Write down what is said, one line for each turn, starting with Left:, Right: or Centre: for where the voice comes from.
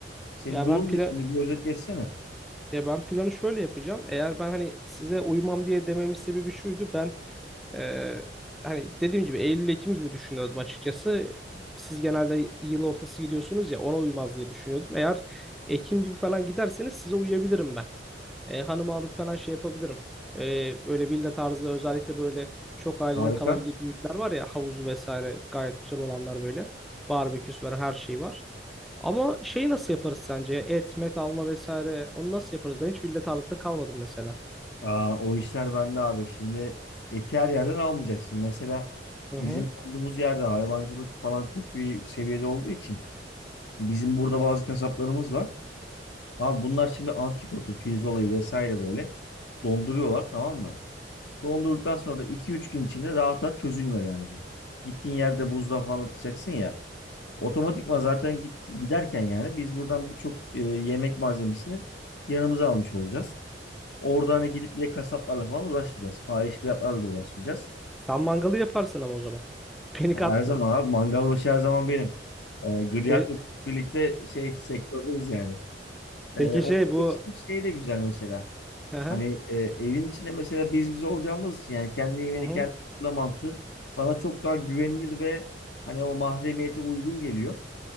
Left: Senin
Centre: ya
Left: durum
Centre: ben plan
Left: ne şimdi? Bir özet geçsene.
Centre: ya ben planı şöyle yapacağım. Eğer ben hani size uymam diye dememin sebebi şuydu. Ben Ee, hani dediğim gibi Eylül-Ekim gibi düşünüyordum açıkçası. Siz genelde yıl ortası gidiyorsunuz ya ona uymaz diye düşünüyordum. Eğer Ekim gibi falan giderseniz size uyabilirim ben. Ee, hanımı alıp falan şey yapabilirim. Ee, böyle villa tarzı özellikle böyle çok ailenin
Left: Harika.
Centre: kalabildiği büyükler var ya havuzu vesaire gayet güzel olanlar böyle. Barbeküsü var her şey var. Ama şeyi nasıl yaparız sence? Et, met alma vesaire onu nasıl yaparız? Ben hiç villa tarzında kalmadım mesela.
Left: Aa, o işler bende abi. Şimdi eti her yerden almayacaksın. Mesela
Centre: Hı
Left: bizim
Centre: hı.
Left: olduğumuz yerde hayvancılık falan çok iyi seviyede olduğu için bizim burada bazı kasaplarımız var. Abi bunlar şimdi antikotu, pirzolayı vesaire böyle donduruyorlar tamam mı? Dondurduktan sonra iki üç gün içinde rahat rahat çözülmüyor yani bu. Gittiğin yerde buzluğa falan atacaksın ya. Otomatikman zaten git, giderken yani biz buradan birçok e, yemek malzemesini yanımıza almış olacağız. Orada hani gidip bile kasaplarla falan uğraşmayacağız. Fahiş fiyatlarla da uğraşmayacağız.
Centre: Sen mangalı yaparsın ama o zaman. <laughs> Beni
Left: Her
Centre: katma.
Left: zaman abi mangal başı her zaman benim. E, Griyat'la
Centre: E,
Left: birlikte şey sektördeyiz yani.
Centre: peki
Left: E, orada
Centre: şey bu
Left: geçtiğimiz şey de güzel mesela.
Centre: hı hı,
Left: Hani e, evin içinde mesela biz biz olacağımız için yani kendi yemeğini
Centre: hı hı,
Left: kendi hazırla mantığı bana çok daha güvenilir ve hani o mahremiyete uygun geliyor.